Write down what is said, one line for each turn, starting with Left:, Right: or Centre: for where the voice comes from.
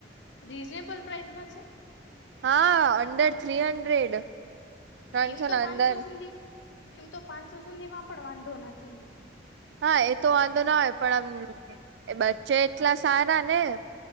Left: રીઝનેબલ પ્રાઇસમાં છે?
Right: હા, અંડર થ્રી હંડ્રેડ. ત્રણસો
Left: ના એમ તો પાંચસો
Right: અંદર
Left: સુધી, એમ તો પાંચસો સુધીમાં પણ વાંધો નથી.
Right: હા એ તો વાંધો ના હોય, પણ આમ એ બચ્ચે એટલા સારા ને.